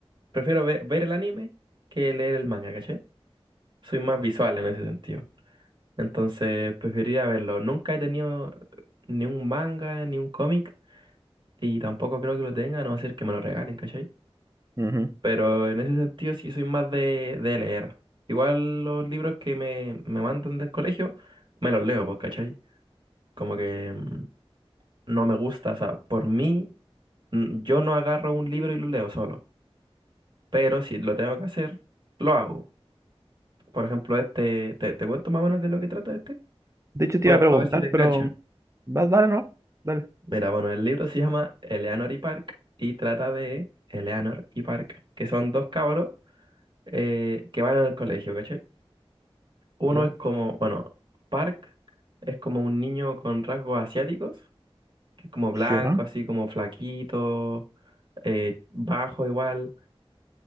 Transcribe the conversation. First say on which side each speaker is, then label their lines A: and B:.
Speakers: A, on the right (about 50°); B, on the right (about 30°).
A: prefiero ve- ver, el anime que leer el manga, ¿cachai? Soy más visual en ese sentido. Entonces, preferiría verlo. Nunca he tenido ni un manga, ni un cómic, y tampoco creo que lo tenga, a no ser que me lo regalen, ¿cachai?
B: Ujú, ujú.
A: Pero en ese sentido sí soy más de, de leer. Igual los libros que me, me mandan del colegio, me los leo, pues, ¿cachai? Como que mm, no me gusta, o sea, por mí, mm, yo no agarro un libro y lo leo solo. Pero si lo tengo que hacer, lo hago. Por ejemplo, este, te, te cuento más o menos de lo que trata este.
B: De hecho, te
A: Pues,
B: iba a preguntar,
A: a ver si te engancha.
B: pero va- dale, no, dale.
A: Mira, bueno, el libro se llama Eleanor y Park y trata de Eleanor y Park, que son dos cabros eh, que van al colegio, ¿cachai? Uno
B: Ya.
A: es como, bueno, Park es como un niño con rasgos asiáticos, que es como blanco,
B: Ya.
A: así como flaquito, eh, bajo igual.